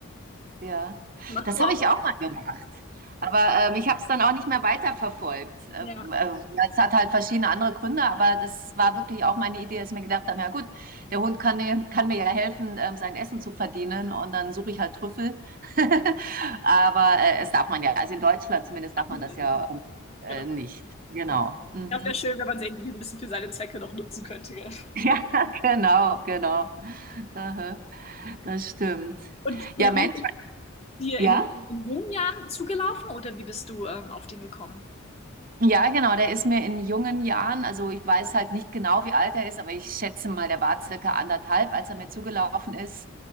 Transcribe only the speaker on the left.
Machst
du
auch?
Ja,
ach,
man
ja nicht.
Genau,
genau.
Das
wäre schön, wenn man sie irgendwie ein bisschen für seine Zwecke noch nutzen könnte. Gell?
Und der
Hund ist dir
in, in jungen Jahren zugelaufen oder wie bist du ähm, auf den gekommen?